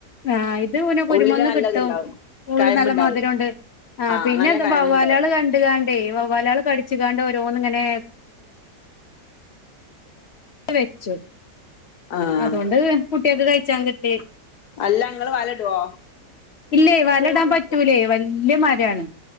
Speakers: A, on the left (about 45°); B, on the left (about 65°).
A: ആഹ് ഇത് പിനെ കുരുമന്ന്
B: ഉള്ളില് നല്ലതുണ്ടാവും
A: കിട്ടും ഉള്ള്
B: കയമ്പുണ്ടാവും
A: ന്നല്ല മധുരൂണ്ട് ആഹ
B: ആഹ്
A: പിന്നെന്ത്
B: നല്ല കയമ്പുണ്ടാവും
A: വവ്വാലേള് കണ്ട്കാണ്ടേ വവ്വാലേള് കടിച്ച്ങ്ങാണ്ട് ഓരോ ന്നിങ്ങനെ വെച്ചു
B: ആഹ്
A: അതോണ്ട് കുട്ട്യേക്ക് കയ്ച്ചാൻ കിട്ടി
B: അല്ലങ്ങള് വലടോ
A: ഇല്ലേ വലടാൻ പറ്റൂലേ വല്യ മരാണ്